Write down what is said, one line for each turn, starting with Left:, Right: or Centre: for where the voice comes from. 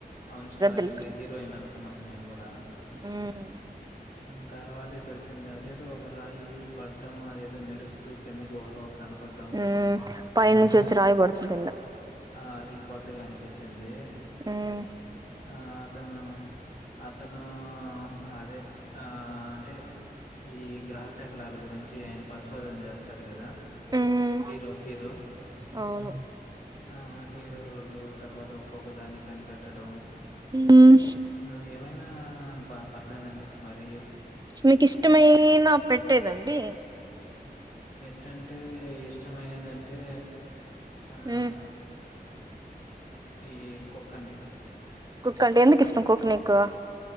Left: అవును స్టార్టింగ్
Right: తెలిసింది
Left: హీరోయిన్ అనుకున్నాం మేము గూడా
Right: మ్మ్
Left: మ్ తర్వాదే తెలిసింది అదేదో ఒక రాయి పడ్డం అదేదో మెరుస్తూ కింద గొహలో కనపడ్డం
Right: మ్మ్ పైనుంచి వచ్చి
Left: అది
Right: రాయి పడుతుంది కింద
Left: ఆ అది కొత్తగా అనిపి చింది
Right: ఉమ్
Left: ఆ అతను అతనూ అదే ఆ అంటే ప్ల్చ్ ఈ గ్రహ శకలాల గురించి ఆయన పరిశోధన చేస్తాడు గదా
Right: మ్మ్
Left: హీరో హీరో
Right: అవును
Left: ఆ హీరో రోలు తర్వాత ఒక్కొక్క దాన్ని కనిపెట్టడం
Right: మ్మ్
Left: వన్ని ఏమైనా బా పర్లేదండి మరి
Right: మీకు ఇష్టమైన పెట్టేదండి
Left: పెట్టంటే ఇష్టమైనదంటే ఆ
Right: ఉమ్
Left: ఈ కుక్కండి
Right: కుక్కంటె ఎందుకు ఇష్టం కుక్క నీకు